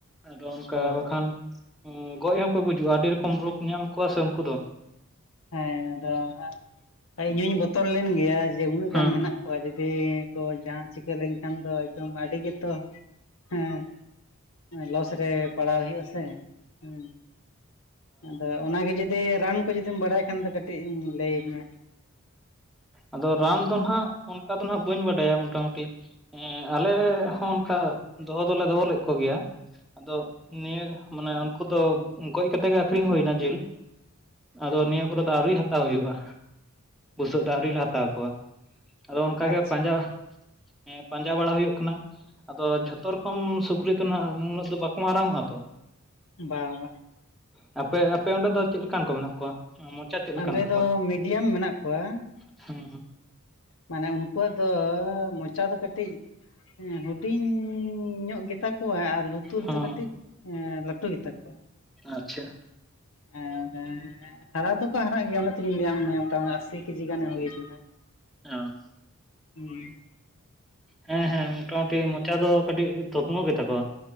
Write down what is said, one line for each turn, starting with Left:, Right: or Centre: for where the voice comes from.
Centre: ᱟᱫᱚ ᱚᱱᱠᱟ
Left: ᱦᱳᱭ
Centre: ᱵᱟᱠᱷᱟᱱ ᱩᱸ ᱜᱚᱡ ᱦᱚᱸᱠᱚ ᱜᱩᱡᱩᱜ-ᱟ ᱟᱹᱰᱤ ᱨᱚᱠᱚᱢ ᱨᱳᱜᱽ ᱧᱟᱢ ᱠᱚᱣᱟ ᱥᱮ ᱩᱱᱠᱩ ᱫᱚ
Left: ᱦᱮᱸ ᱟᱫᱚ ᱤᱧ ᱦᱚᱧ ᱵᱚᱛᱚᱨ ᱞᱮᱱ ᱜᱮᱭᱟ ᱡᱮ ᱩᱱᱟᱹᱜ
Centre: ᱦᱩᱸ
Left: ᱜᱟᱱ ᱢᱮᱱᱟᱜ
Centre: ᱦᱩᱸ
Left: ᱠᱚᱣᱟ ᱡᱩᱫᱤ ᱛᱚ ᱡᱟᱦᱟ ᱪᱤᱠᱟᱹ ᱞᱮᱱᱠᱷᱟᱱ ᱫᱚ ᱮᱠᱫᱚᱢ ᱟᱹᱰᱤ ᱜᱮᱛᱚ ᱦᱮᱸ ᱞᱚᱥ ᱨᱮ ᱯᱟᱲᱟᱣ ᱦᱩᱭᱩᱜ-ᱟ ᱥᱮ ᱦᱮᱸ ᱟᱫᱚ ᱚᱱᱟᱜᱮ ᱡᱩᱫᱤ ᱨᱟᱱ ᱠᱚ ᱡᱩᱫᱤᱢ ᱵᱟᱰᱟᱭ ᱠᱷᱟᱱ ᱫᱚ ᱠᱟᱹᱴᱤᱡ ᱞᱟᱹᱭ ᱢᱮ᱾
Centre: ᱟᱫᱚ ᱨᱟᱱ ᱫᱚᱱ ᱦᱟᱜ ᱚᱱᱠᱟ ᱫᱚ ᱦᱟᱜ ᱵᱟᱹᱧ ᱵᱟᱰᱟᱭᱟ ᱢᱚᱴᱟ ᱢᱩᱴᱤ ᱦᱮᱸ ᱟᱞᱮ ᱦᱚᱸ ᱚᱱᱠᱟ ᱫᱚᱦᱚ ᱫᱚᱞᱮ ᱫᱚᱦᱚ ᱞᱮᱫ ᱠᱚ ᱜᱮᱭᱟ ᱟᱫᱚ ᱱᱤᱭᱟᱹ ᱢᱟᱱᱮ ᱩᱱᱠᱩ ᱫᱚ ᱜᱚᱡ ᱠᱟᱛᱮᱜ ᱜᱮ ᱟᱠᱷᱨᱤᱧ ᱦᱩᱭᱱᱟ ᱡᱤᱞ ᱟᱫᱚ ᱱᱤᱭᱟᱹ ᱠᱚᱨᱮ ᱫᱚ ᱟᱹᱣᱨᱤ ᱦᱟᱛᱟᱣ ᱦᱩᱭᱩᱜᱼᱟ᱾ ᱱᱤᱛᱚᱜ ᱫᱚ ᱟᱹᱣᱨᱤ ᱞᱮ ᱦᱟᱛᱟᱣ ᱠᱚᱣᱟ ᱟᱫᱚ ᱚᱱᱠᱟ
Left: ᱟᱪᱪᱷᱟ
Centre: ᱜᱮ ᱯᱟᱸᱡᱟ ᱦᱮᱸ ᱯᱟᱸᱡᱟ ᱵᱟᱲᱟ ᱦᱩᱭᱩᱜ ᱠᱟᱱᱟ᱾ ᱟᱫᱚ ᱡᱷᱚᱛᱚ ᱨᱚᱠᱚᱢ ᱥᱩᱠᱨᱤ ᱫᱚ ᱱᱟᱜ ᱱᱩᱱᱟᱹᱜ ᱫᱚ ᱵᱟᱠᱚ ᱢᱟᱨᱟᱝ ᱚᱜᱼᱟ ᱛᱚ
Left: ᱵᱟ ᱵᱟ
Centre: ᱟᱯᱮ ᱟᱯᱮ ᱚᱸᱰᱮ ᱫᱚ ᱪᱮᱫ ᱞᱮᱠᱟᱱ ᱠᱚ ᱢᱮᱱᱟᱜ ᱠᱚᱣᱟ ᱢᱚᱪᱟ ᱪᱮᱫ ᱞᱮᱠᱟᱱ
Left: ᱟᱞᱮ
Centre: ᱛᱟᱠᱚᱣᱟ
Left: ᱫᱚ ᱢᱤᱰᱤᱭᱟᱢ ᱢᱮᱱᱟᱜ ᱠᱚᱣᱟ
Centre: ᱦᱮᱸ
Left: ᱢᱟᱱᱮ ᱩᱱᱠᱩᱣᱟᱜ ᱫᱚ ᱢᱚᱪᱟ ᱫᱚ ᱠᱟᱹᱴᱤᱡ ᱦᱩᱰᱤᱧ ᱧᱚᱜ ᱜᱮᱛᱟ ᱠᱚᱣᱟ ᱟᱨ ᱞᱩᱛᱩᱨ
Centre: ᱦᱚᱸ
Left: ᱫᱚ ᱠᱟᱹᱴᱤᱡ ᱞᱟᱹᱴᱩ ᱜᱮᱛᱟ ᱠᱚᱣᱟ
Centre: ᱟᱪᱪᱷᱟ
Left: ᱦᱮᱸ ᱮ ᱦᱟᱨᱟ ᱫᱚᱠᱚ ᱦᱟᱨᱟᱜ ᱜᱮᱭᱟ ᱚᱱᱟ ᱛᱮᱜᱤᱧ ᱞᱟᱹᱭᱟᱢ ᱢᱮᱭᱟ ᱢᱚᱴᱟᱢ ᱟᱥᱤ ᱠᱮᱡᱤ ᱜᱟᱱᱮ ᱦᱩᱭ ᱞᱮᱱᱟ᱾
Centre: ᱚ
Left: ᱦᱩᱭ
Centre: ᱦᱮᱸ ᱦᱮᱸ ᱢᱚᱴᱟᱢᱩᱴᱤ ᱢᱚᱪᱟ ᱫᱚ ᱠᱟᱹᱴᱤᱡ ᱛᱷᱩᱛᱢᱚ ᱜᱮᱛᱟ ᱠᱚᱣᱟ